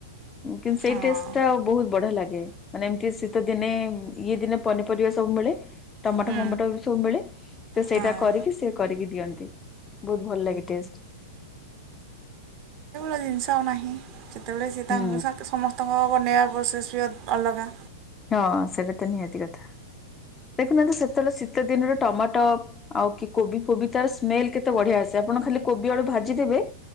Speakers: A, on the left (about 20°); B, on the right (about 45°).
A: କିନ୍ତୁ ସେଇ
B: ହଁ
A: ଟେଷ୍ଟ ଟା ଆଉ ବହୁତ ବଢ଼ିଆ ଲାଗେ। ମାନେ ଏମିତି ଶୀତ ଦିନେ ଇଏ ଦିନେ ପନିପରିବା ସବୁ ମିଳେ ଟମାଟୋ
B: ହୁଁ
A: ଫମାଟୋ ସବୁ ମିଳେ। ତ ସେଇଟା
B: ହଁ
A: କରିକି ସେ କରିକି ଦିଅନ୍ତି ବହୁତ ଭଲ ଲାଗେ ଟେଷ୍ଟ।
B: ସେ ଜିନିଷ ଆଉ ନାହିଁ ଯେତେବେଳେ ସିଏ ତାଙ୍କ
A: ହୁଁ
B: ସମସ୍ତଙ୍କ ବନେଇବା ପ୍ରୋସେସ୍ ବି ଅଲଗା।
A: ହଁ ସେଇଟା ତ ନିହାତି କଥା ଦେଖୁନାହାତି ସେତେବେଳେ ଶୀତ ଦିନରେ ଟମାଟୋ। ଆଉ କି କୋବି ଫୋବି ତାର ସ୍ମେଲ କେତେ ବଢିଆ ଆସେ ଆପଣ ଖାଲି କୋବି ଆଳୁ ଭାଜିଦେବେ।